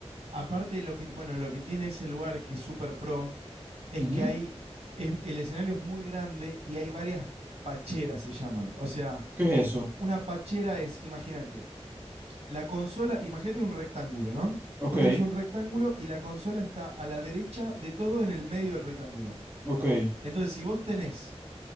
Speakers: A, on the right (about 75°); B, on the right (about 20°).
A: aparte lo que, bueno, lo que tiene ese lugar es que es súper pro, es
B: Ujú.
A: que hay, es- el escenario es muy grande y hay varias pacheras, se llaman. O sea,
B: ¿Qué es eso?
A: una pachera es, imagínate, la consola, imagínate un rectángulo, ¿no?
B: Ok,
A: Vos tenés un rectángulo y la consola está a la derecha de todo en el medio del rectángulo.
B: ok.
A: Entonces, si vos tenés